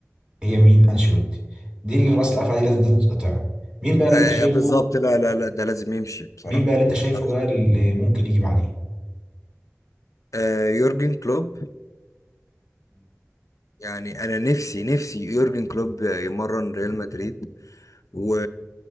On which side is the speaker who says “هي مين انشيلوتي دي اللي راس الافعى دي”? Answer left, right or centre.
Right